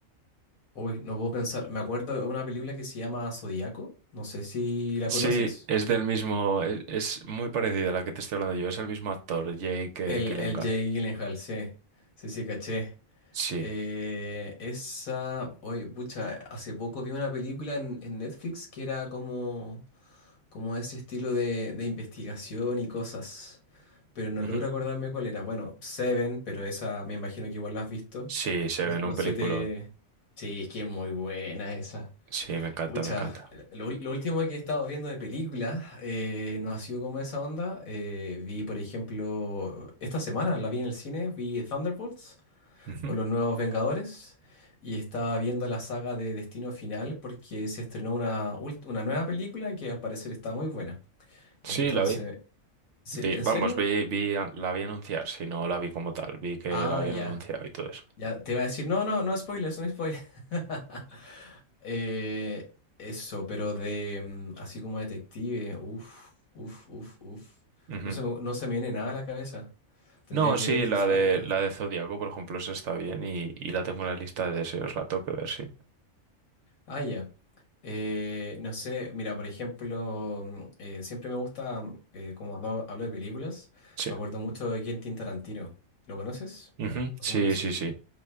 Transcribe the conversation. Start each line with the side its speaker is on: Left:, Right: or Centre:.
Left: Uy, no puedo pensar. Me acuerdo de una película que se llama Zodíaco. No sé si la
Right: Sí,
Left: conoces.
Right: es del mismo, es, es muy parecida a la que te estoy hablando yo, es el mismo actor, Jake
Left: El,
Right: eh, Gyllenhaal.
Left: el Jake Gyllenhaal, sí. Sí, sí, caché.
Right: Sí,
Left: Eh, esa. Oye, pucha, hace poco vi una película en, en Netflix que era como, como ese estilo de, de investigación y cosas. Pero no
Right: ujú.
Left: logro acordarme cuál era. Bueno, Seven, pero esa me imagino que igual la has visto.
Right: Sí, se
Left: Los,
Right: ve en
Left: los
Right: un peliculón.
Left: siete. Sí, es que es muy buena esa.
Right: Sí, me encanta,
Left: Pucha,
Right: me encanta.
Left: lo, lo último que he estado viendo de películas eh, no ha sido como esa onda. Eh, vi, por ejemplo, esta semana la vi en el cine, vi Thunderbolts
Right: Ujú.
Left: o Los Nuevos Vengadores y estaba viendo la saga de Destino Final porque se estrenó una, ult- una nueva película que al parecer está muy buena.
Right: Sí,
Left: Entonces,
Right: la vi.
Left: ¿se-
Right: Vi-
Left: ¿en
Right: vamos,
Left: serio?
Right: vi, vi, an- la vi anunciar, si no la vi como tal, vi que
Left: Ah,
Right: la habían
Left: ya.
Right: anunciado y todo eso.
Left: Ya te iba a decir, no, no, no spoilers, no spoilers. <laughs> Eh, eso, pero de mm, así como detective, uff, uff, uff, uff.
Right: Ujú.
Left: No se, me- no se me viene nada a la cabeza. Tendría
Right: No,
Left: que
Right: sí,
Left: ver quizás.
Right: la de
Left: ah,
Right: la de Zodíaco, por ejemplo, esa está bien y, y la tengo en la lista de deseos, la tengo que ver, sí.
Left: ah, ya. Eh, no sé, mira, por ejemplo, mm, eh, siempre me gusta, mm, eh, como hablo, hablo de películas,
Right: Sí,
Left: me acuerdo mucho de Quentin Tarantino. ¿Lo conoces?
Right: Ujú.
Left: Asumo
Right: Sí,
Left: que sí.
Right: sí, sí.